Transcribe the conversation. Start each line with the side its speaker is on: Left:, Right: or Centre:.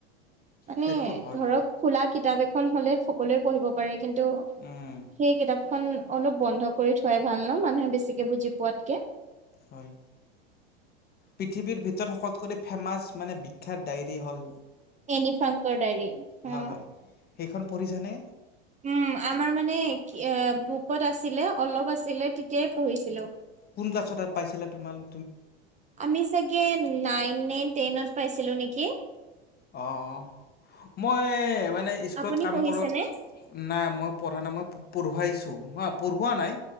Right: মানে
Left: সেইটো হয়
Right: ধৰক
Left: বাৰু
Right: খোলা কিতাপ এখন হলে সকলোৱে পঢ়িব পাৰে কিন্তু
Left: উম
Right: সেই কিতাপখন অলপ। বন্ধ কৰি থোৱাই ভাল ন মানুহে বেছিকে বুজি পোৱাতকে।
Left: হয় পৃথিৱীৰ ভিতৰত শকলোতকৈ ফেমাচ মানে। বিখ্যাত ডায়েৰী হ'ল
Right: এনি ফ্ৰাংকৰ ডায়েৰী অ'
Left: হয় হয় সেইখন পঢ়িছানে
Right: উম আমাৰ মানে কি বুকত আছিলে অলপ আছিলে তেতিয়াই পঢ়িছিলো।
Left: কোন ক্লাছত পাইছিলা তোমাৰ
Right: আমি চাগে নাইন নন টেইনত পাইছিলো নেকি।
Left: অ' মই স্কুলত
Right: আপুনি
Left: কাম
Right: পঢ়িছেনে
Left: কৰ নাই মই পঢ়া নাই মই পঢ়। পঢ়োৱা নাই।